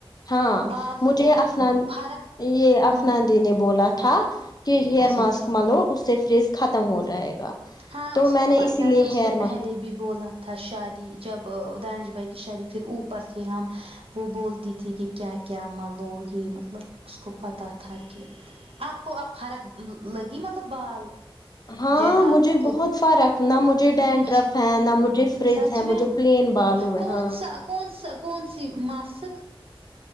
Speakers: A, on the left; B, on the right.
A: ہاں
B: بال ہو
A: مجھے افنان
B: فرق
A: یے افنان
B: ہاں
A: ٹی نے بولا تھا کی ہیئر
B: اچھا
A: ماسک
B: ٹھیک
A: ملو اس سے فریز ختم ہو جائے گا
B: ہاں
A: تو
B: اس
A: میں
B: کو
A: نے
B: پتہ
A: اسی لیے
B: ہے اس
A: ہیئر
B: نے
A: ما
B: پہلے بھی بولا تھا شادی جب دانش بھائی کی شادی پھر اوپر تھے ہم وہ بولتی تھی کی کیا کیا ملو گی مطلب اس کو پتہ تھا کہ آپ کو اب فرق لگی مطلب بال
A: ہاں
B: جو
A: مجھے
B: آپ کو
A: بہت فرق نہ مجھے ڈینڈرف
B: اچھا
A: ہے
B: ٹھیک
A: نہ مجھے فریز
B: سچ
A: ہے
B: میں
A: مجھے پلین بال ہوئے
B: کون
A: ہاں
B: سا کون سا کون سی ماسک